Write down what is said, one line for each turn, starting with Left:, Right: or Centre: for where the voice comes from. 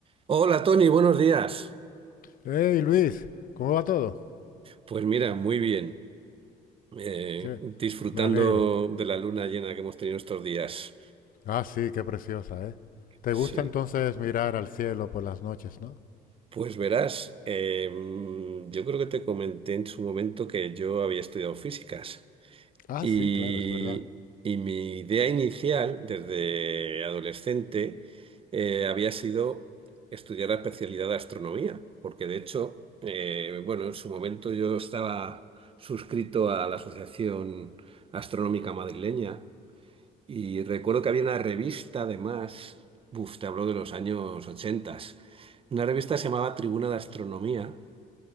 Right: Hola Tony, buenos días.
Left: Hey Luis, ¿cómo va todo?
Right: Pues mira, muy bien. Eh,
Left: ¿Qué?
Right: disfrutando
Left: Me alegro.
Right: de la luna llena que hemos tenido estos días.
Left: Ah, sí, qué preciosa, ¿eh? ¿Te
Right: Sí.
Left: gusta entonces mirar al cielo por las noches, no?
Right: Pues verás, eh, yo creo que te comenté en su momento que yo había estudiado físicas.
Left: Ah,
Right: Y,
Left: sí, claro, es verdad.
Right: y mi idea inicial, desde adolescente, eh, había sido estudiar la especialidad de astronomía, porque de hecho, eh, bueno, en su momento yo estaba suscrito a la Asociación Astronómica Madrileña y recuerdo que había una revista, además, buf, te hablo de los años 80, una revista que se llamaba Tribuna de Astronomía